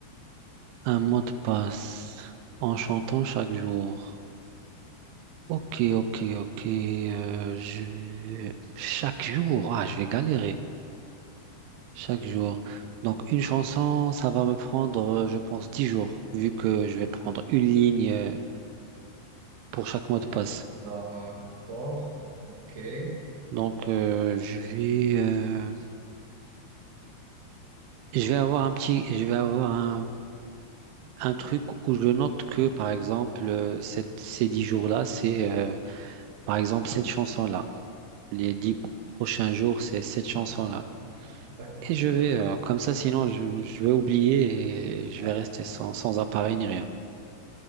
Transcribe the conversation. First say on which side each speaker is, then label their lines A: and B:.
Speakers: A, on the right; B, on the right.
A: Un mot de passe en chantant chaque jour. Ok, ok, ok. euh, je... vais- Chaque jour, ah, je vais galérer. Chaque jour. Donc une chanson, ça va me prendre, euh, je pense, 10 jours, vu que je vais prendre une ligne euh, pour chaque mot de passe.
B: D'accord. Ok.
A: Donc euh, je vais... euh, Je vais avoir un petit, je vais avoir un, un truc où je note que, par exemple, euh, cette- ces dix jours-là, c'est, euh, par exemple, cette chanson-là. Les dix prochains jours, c'est cette chanson-là.
B: Ok. Ok. D'accord.
A: Et je
B: D'accord.
A: vais, euh, comme ça, sinon,
B: Hmm.
A: je, je vais oublier et je
B: Ouais.
A: vais rester sans, sans appareil ni rien.